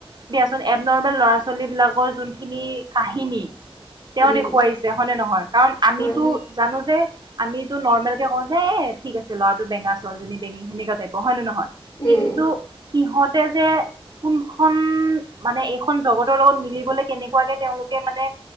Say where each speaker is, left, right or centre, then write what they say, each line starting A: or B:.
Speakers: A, on the right; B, on the left.
A: এব নৰ্মেল ল'ৰা ছোৱালী বিলাকৰ যোনখিনি কাহিনী। তেওঁ
B: উম
A: দেখুৱাইছে হয়নে নহয় কাৰণ আমিতো
B: হয় হয়।
A: জানো যে। আমিতো নৰ্মেল কে কওঁ যে এ ঠিক আছে ল'ৰাটো বেঙ ছালীজনী বেঙী সেনেুৱা টাইপৰ হয় নে নহয়। কিন্তু
B: উম
A: সিহতে যে কোনখন মানে এইখন জগতৰ লগত মিলিবলে কেনেকুৱাকে তেওঁলোকে মানে